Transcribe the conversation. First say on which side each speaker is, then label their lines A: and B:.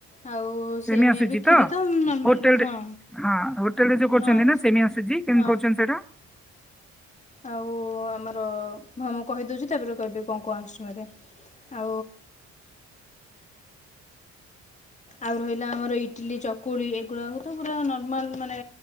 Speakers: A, on the left; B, in the centre.
A: ଆଉ
B: ସେମିଆ ଆସୁଛି
A: ବି
B: ତ
A: କ୍ଷୀରି ନର୍ମାଲ୍
B: ହୋଟେଲରେ
A: ହଁ
B: ହଁ ହୋଟେଲରେ ଯୋଉ କରୁଛନ୍ତି
A: ହଁ
B: ନା ସେମିଆ ସୁଜି। କେମିତି
A: ହଁ
B: କରୁଛନ୍ତି ସେଇଟା?
A: ଆଉ ଆମର ମୁଁ କହିଦଉଛି ତାପରେ କହିବି କଣ କଣ ଆସିୁଛି ମତେ। ଆଉ। ଆଉ ରହିଲା ଆମର ଇଟିଲି ଚକୁଳି ଏଗୁଡ଼ାକ ତ ପୁରା ନର୍ମାଲ ମାନେ